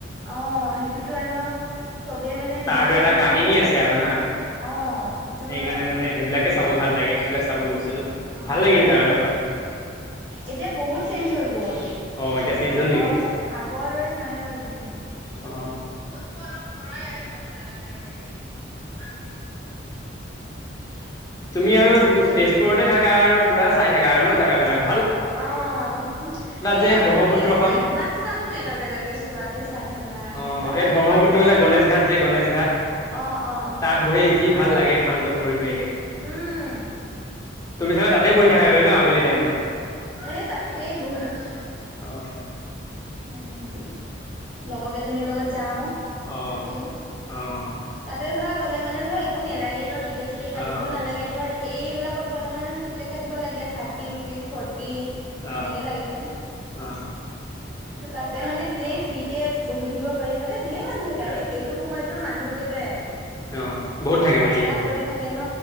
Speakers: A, on the right; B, on the left.
A: অ', সেইটোতো এনেও চবে মানে
B: তাৰতো
A: যোনে
B: এটা
A: নাহেকৈ
B: কাহিনী
A: তাতে
B: আছে আৰু
A: আহে
B: না
A: অ', সেইটো
B: সেইকাৰণে
A: হয়
B: মানে সেইবিলাকে চাব ভাল লাগে সেইবিলাক চাব গৈছিলো,
A: অ',
B: ভাল লাগিল যাওঁ দোখৰ
A: এতিয়া বহুত চেঞ্জ হৈ গ'ল
B: অ এতিয়া চেঞ্জ
A: আগৰ,
B: হ'ল নেকি
A: আগৰ দৰে নাই আৰু মানে একো
B: অ
A: পৰাই আছে ভাই খাইাই <unintelligible>
B: তুমি আৰু তেজপুৰতে থাকা আৰু পুৰা চাই থাকা আৰু ন জেগা বিলাক
A: অ', এ
B: যে
A: আমনি
B: ব্ৰহ্মপুত্ৰখন
A: লাগি যায়, কিমান চাম এটা জেগাকে চোৱাকে চাই থকা
B: অ'
A: নাযাওঁ
B: এই ব্ৰহ্মপুত্ৰ
A: মই কেতিয়াবা
B: যে গণেশ
A: সেই
B: ঘাট যে গণেশ ঘাট
A: অ', অ',
B: তাত বহি যি ভাল লাগে শান্ত পৰিৱেশ
A: উম,
B: তুমি চাগে তাতে বহি থাকাকৈ ন আবেলি টাইমত
A: এ, তাতেই বহি থাকো
B: অ'
A: উম,
B: <inaudible>
A: লগৰ কেইজনীৰ লগত যাও
B: অ'
A: তাতে,
B: অ'
A: তাতে ধৰা গ'ল মানে ধৰ একো নেলাগে ন টিকেট, চিকেট কাটিব
B: অ'
A: নালাগে ধৰ এইবিলাক ত গ'লে মানে টিকেট কাটিব লাগে থাৰতি ৰুপিজ ফৰটি
B: অ'
A: এনেকে লাগে
B: অ'
A: তাতে মানে এনেই ফ্ৰীতে বহি থাকিব পাৰি তাতে ঢেৰ মানুহ থাকে আৰু এইটো সময়ততটো মানুহ একেবাৰে
B: অ', বহুত থাকে
A: ঠাণ্ডা
B: মানে এইটো সময়ত
A: পৰি থাকে ন